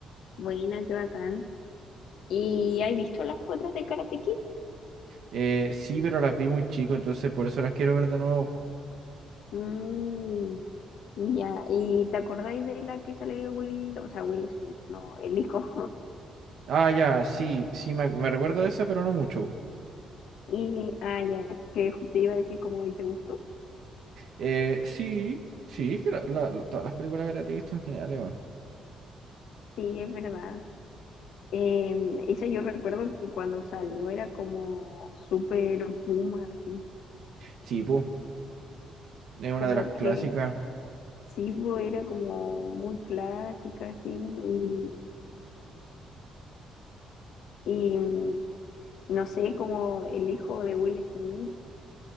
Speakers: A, on the left; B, on the right.
A: Buena, qué bacán. ¿Y has visto las otras de Karate Kid?
B: Eh, sí, pero las vi muy chico, entonces por eso las quiero ver de nuevo.
A: Mmm. Ya, ¿y te acordáis de la que sale Will, o sea, Will Smith, no, el hijo? <laughs>
B: Ah, ya, sí, sí, me, me recuerdo de esa, pero no mucho.
A: Y, ah, ya, que te iba a decir como, ¿y te gustó?
B: Eh, sí, sí, es que la- la- la- todas las películas que la he visto en general, eh, bueno.
A: Sí, es verdad. Eh, esa yo recuerdo que cuando salió era como súper boom, así,
B: Sí, pues, es una
A: como
B: de las clásicas.
A: que sí, bo, era como muy clásica, así, y, y mm, no sé, como el hijo de Will Smith